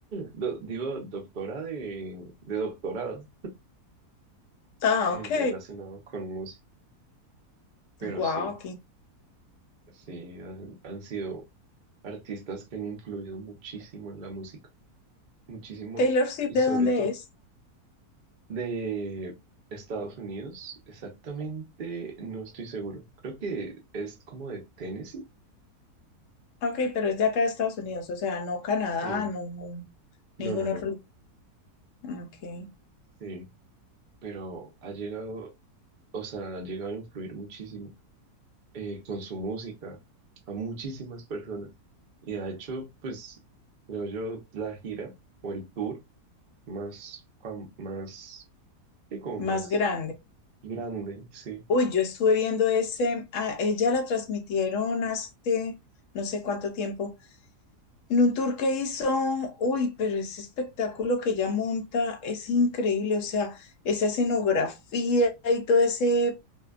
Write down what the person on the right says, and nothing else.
do- digo doctora de, de doctorado
eh,
relacionado con música, pero
sí, sí, han, han sido artistas que han influido muchísimo en la música, muchísimo,
y
sobre
todo
de Estados Unidos, exactamente, no estoy seguro, creo que es como de Tennessee,
sí,
no,
no, no.
Sí, pero ha llegado, o sea, ha llegado a influir muchísimo eh, con su música a muchísimas personas. Y ha hecho, pues, creo yo, la gira o el tour más, fam- más, sí, como
más
grande, sí.